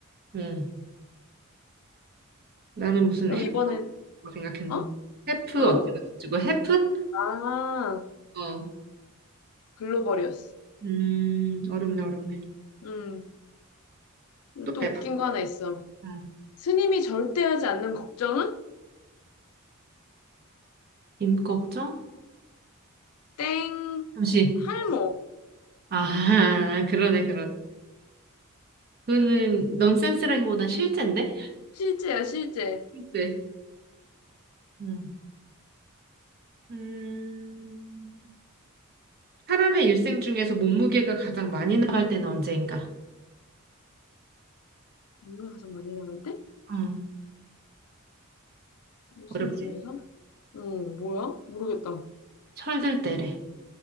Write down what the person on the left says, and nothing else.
그럼
이번엔,
어?
뭐라고?
아.
글로벌이었어.
음.
또
웃긴 거 하나 있어.
스님이 절대 하지 않는 걱정은?
땡.
탈모.
실제야, 실제.
뭔가 가장 많이 나갈 때?
일생
중에서? 응, 뭐야? 모르겠다.